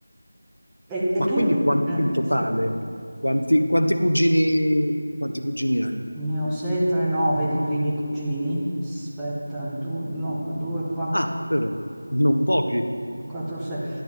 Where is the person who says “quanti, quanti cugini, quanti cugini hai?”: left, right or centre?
Left